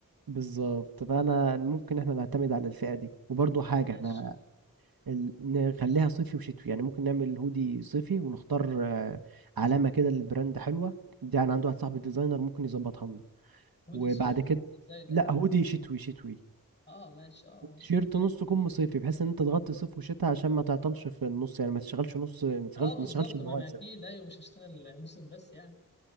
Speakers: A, on the right; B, on the left.
A: بالظبط فانا ممكن احنا نعتمد على الفئه دي وبرضو
B: اه
A: حاجه
B: ماشي
A: احنا ال... نخليها صيفي وشتوي يعني ممكن نعمل هودي صيفي ونختار آه، علامه كده للبراند حلوه دي انا عندي واحد صاحبي ديزاينر ممكن يظبطها لنا
B: هودي
A: وبعد
B: صيفي
A: كده
B: ازاي ده
A: لا هودي شتوي شتوي
B: اه ماشي اه
A: تيشيرت نص كم صيفي بحيث ان انت تغطي صيف وشتاء عشان ما تعطلش في النص يعني ما تشغلش نص ما تشغلش
B: اه بالظبط
A: ما تشغلش المواسم
B: ما انا اكيد ايوه مش هشتغل موسم بس يعني